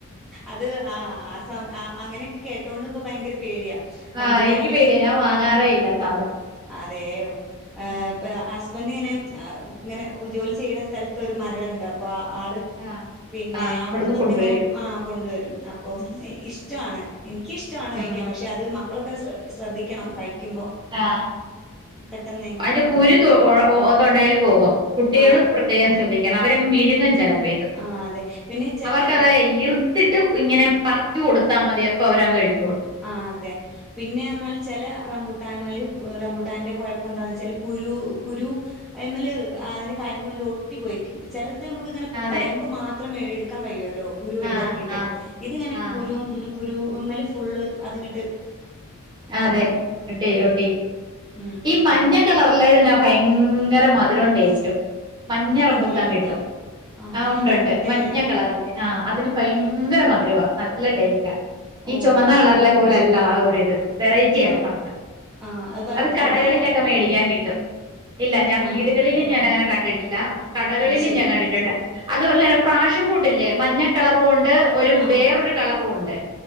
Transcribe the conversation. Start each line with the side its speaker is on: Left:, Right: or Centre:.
Centre: അത് ആ ആ അങ്ങനെയൊക്കെ കേട്ടൊണ്ട് ഇപ്പോ ഭയങ്കര പേടിയാ. റംബൂട്ടാനിലൊക്കെ
Right: ആഹ് എനിക്ക് പേടിയ. ഞാൻ വാങ്ങാറേ ഇല്ല സാധനം
Centre: അതെയോ
Right: ഉം
Centre: ഹോ അസ് ഹസ്ബൻഡ് ഇങ്ങനെ. ഇങ്ങനെ ജോലി ചെയ്യുന്ന സ്ഥലത്ത് ഒരു മരമുണ്ട്. അപ്പോൾ ആ ആള്
Right: ആഹ്
Centre: പിന്നെ
Right: ആഹ് അവിടുന്ന്
Centre: അവിടന്നൊക്കെ
Right: കൊണ്ടുവരും
Centre: ഇങ്ങനെ- ആഹ് കൊണ്ടുവരും അപ്പം ഇഷ്ടമാണ് എനിക്കിഷ്ടമാണ് കഴിക്കാൻ
Right: ഉം
Centre: പക്ഷെ അത്- ഇത് മക്കളൊക്കെ ശ്രദ്ധിക്കണം കഴിക്കുമ്പോ
Right: ആഹ്
Centre: പെട്ടെന്ന്
Right: അതിന്റെ കുരു തൊ ഒ - തൊണ്ടയിൽ പോകും കുട്ടികള്
Centre: ആഹ്
Right: പ്രത്യേകം ശ്രദ്ധിക്കണം അവര് അങ്ങ് - വിഴുങ്ങും ചെലപ്പോ ഇത്‌
Centre: ആഹ് അതെ പിന്നെ ചെല
Right: അവർക്കതെ ഇറു - എടുത്തിട്ട് ഇങ്ങനെ പറിച്ച് കൊടുത്താൽ മതി അപ്പ അവര് കഴിച്ചോളും
Centre: ആഹ് അതെ പിന്നെ എന്നാല് ചെല റംബുട്ടാനുമേല് റബുട്ടാന്റെ കൊഴപ്പം എന്താന്ന് വെച്ചാല് കുരു കുരു- അയിമേല്
Right: ഉം.
Centre: അതിൻ്റെ കയമ്പ് കണ്ട് ഒട്ടിപ്പോയിരിക്കും ചിലത് നമുക്കിയിങ്ങനെ
Right: അതെ
Centre: കയമ്പ് മാത്രം- മാത്രം എടുക്കാൻ കഴിയുമല്ലോ കുരു ഒഴിവാക്കിയിട്ട്
Right: ആഹ് ആഹ്
Centre: ഇതിങ്ങനെ
Right: ആഹ്
Centre: കുരു കുരു- ഫുള്ള് അതിങ്ങട്ട്
Right: ആഹ് അതെ ഒട്ട ഒട്ടിരിക്കും
Centre: ഉം
Right: ഈ മഞ്ഞ-
Centre: അപ്
Right: ഈ കളറിലെ ഇതിനാ ഭയങ്കര മധുരവും ടേസ്റ്റും മഞ്ഞ
Centre: കളറിലും
Right: റബൂട്ടാൻ കിട്ടും
Centre: ഉണ്ടോ അത്
Right: ആഹ് ഒണ്ട്
Centre: ഞാൻ കണ്ടിട്ടേ
Right: ഒണ്ട് മഞ്ഞ
Centre: ഇല്ല
Right: കളറിലെ ആഹ അതിന് ഭയങ്കര മധുരവാ നല്ല ടേസ്റ്റാ
Centre: ഓ
Right: ഈ ചൊമന്നാ
Centre: അത്
Right: കളറിലെ
Centre: ശരി
Right: പോലല്ല ആ ഒരിത് വെറൈറ്റിയാ
Centre: ആഹ്
Right: സാധനം
Centre: ആഹ് വലുപ്പം
Right: അത് കടകളിലൊക്കെ
Centre: ഉണ്ടാവോ
Right: മേടിക്കാൻ കിട്ടും ഇല്ല ഞാൻ
Centre: ആഹ്
Right: വീടുകളിലും ഞാൻ അങ്ങനെ കണ്ടിട്ടില്ല കടകളിലും
Centre: അത് ശരി
Right: ഞാൻ കണ്ടിട്ടുണ്ട് അത് ഒരു തരം പ്രാഷ്യം ബുട്ടില്ലേ മഞ്ഞ കളറുംയുണ്ട് - ഒരു
Centre: ആഹ്
Right: വേറൊരു കളറുയുണ്ട്